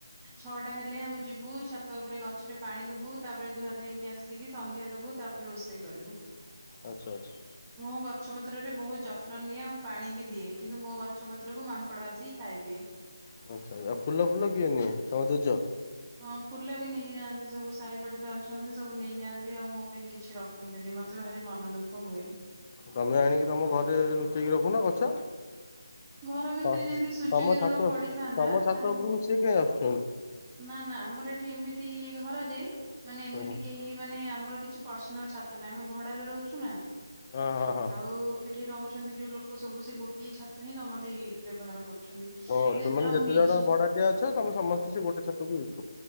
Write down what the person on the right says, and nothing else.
ଛଅଟା ହେଲେ ଆମେ ଯିବୁ ଛାତ ଉପରେ ଗଛରେ ପାଣି ଦବୁ ତାପରେ ଧୁଆ ଧୁଇ ହେଇକି ଆସିକି ସନ୍ଧ୍ୟା ଦବୁ। ତାପରେ ରୋଷେଇ କରିବୁ।
ମୁଁ ଗଛ ପତ୍ରରେ ବହୁତ ଯତ୍ନ ନିଏ ଆଉ ମୁଁ ପାଣି ବି ଦିଏ କିନ୍ତୁ ମୋ ଗଛ ପତ୍ରକୁ ମାଙ୍କଡ ଆସିକି ଖାଇଦିଏ।
ହଁ ଫୁଲ ବି ନେଇଯାଆନ୍ତି ସବୁ ସାହି ପଡିଶା ଅଛନ୍ତି ସବୁ ନେଇ ଯାଆନ୍ତି ଆଉ ମୋ ପାଇଁ କିଛି ରଖନ୍ତିନି। ମତେ ଭାରି ମନ ଦୁଃଖ ହୁଏ।
ଘର ଭିତରେ
ଯଦି ସୂର୍ଯ୍ୟ
କିରଣ
ପଡିଥାନ୍ତା
ତାହେଲେ
ନା ନା ଆମର ଏଠି ଏମିତି ଘର ଯେ ମାନେ ଏମିତି
କେହି ମାନେ। ଆମର କିଛି ପର୍ସନାଲ ଛାତ ନାହିଁ ଆମେ ଭଡାରେ ରହୁଛୁ ନା
ଆଉ ଏଠି ରହୁ ଛ। ଛନ୍ତି ଯୋଉ ଲୋକ ସବୁ ସେଇ ଗୋଟିଏ ଛାତ ହିଁ ସମତେ ବ୍ୟବହାର। କରୁଛନ୍ତି।
ଯଦି
ଆଉ
ନିଜେ